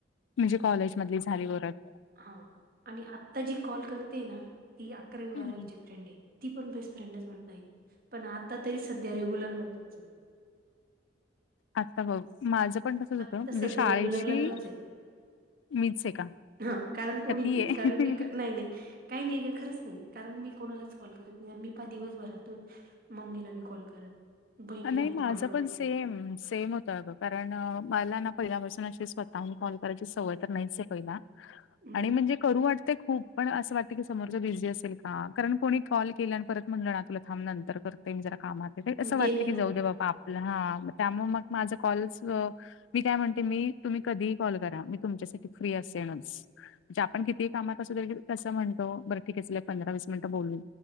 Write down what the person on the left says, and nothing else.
म्हणजे कॉलेज मधंली झालीं वरतं
हम्म
आता बघ माझं पण तसच होतं
म्हणजे
शाळेची
मीच आहे का
का ती
आहे
नाही
माझं
पण सेम,
सेम होतं अगं. कारण मला ना पहिल्यापासून अशी स्वतःहून कॉल करायची सवय तर नाहीच आहे पहिला.
आणि म्हणजे करू वाटते खूप पण असं वाटतं की समोरचा बिझी असेल का? कारण कोणी कॉल केला आणि परत म्हणलं ना तुला थांब नंतर करते, मी जरा कामात असं वाटतं
की
जाऊ दे बाबा
आपला हा त्यामुळं मग माझं कॉलचं मी काय म्हणते, मी तुम्ही कधीही कॉल करा, मी तुमच्यासाठी फ्री असेनच. म्हणजे आपण
कितीही कामात असलो की कसं म्हणतो, बरं ठीक आहे चला पंधरा वीस मिनिटं बोलू.